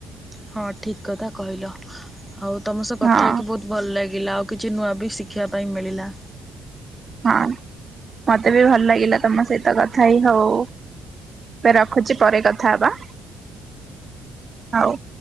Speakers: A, in the centre; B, on the right (about 30°).
A: ହଁ, ଠିକ କଥା କହିଲ। ଆଉ ତମ ସହ କଥା
B: ହଁ
A: ହେଇକି ବହୁତ ଭଲ ଲାଗିଲା ଆଉ କିଛି ନୂଆ ବି ଶିଖିବା ପାଇଁ ମିଳିଲା।
B: ହଁ, ମୋତେ ବି ଭଲ ଲାଗିଲା ତମ ସହିତ କଥା କି? ହଉ ଏ ରଖୁଛି ପରେ କଥା ହବା। ହଉ